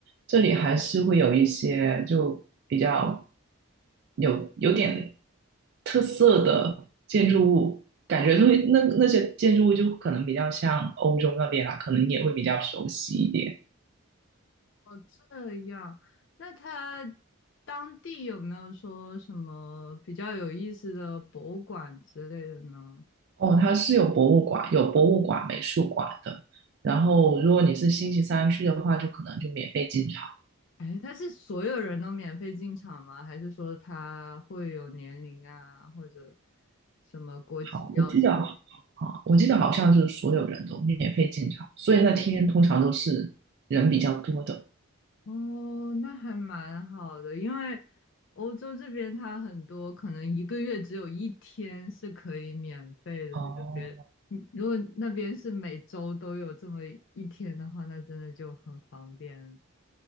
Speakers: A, on the right; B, on the left.
A: 这里还是会有一些就比较有有点特色的建筑物，感觉会那那些建筑物就可能比较像欧洲那边啦，可能也会比较熟悉一点。
B: 这样，那他当地有没有说什么比较有意思的博物馆之类的呢？
A: 哦，它是有博物馆，有博物馆、美术馆的。然后，如果你是星期三去的话，就可能就免费进场。
B: 哎，他是所有人都免费进场吗？还是说他会有年龄啊，或者什么国籍要求？
A: 好，我记得啊，我记得好像是所有人都免费进场，所以那天通常都是人比较多的。
B: 哦，那还蛮好的，因为欧洲这边它很多可能一个月只有一天是可以免费的，
A: 哦，
B: 就别，嗯如果那边是每周都有这么一天的话，那真的就很方便。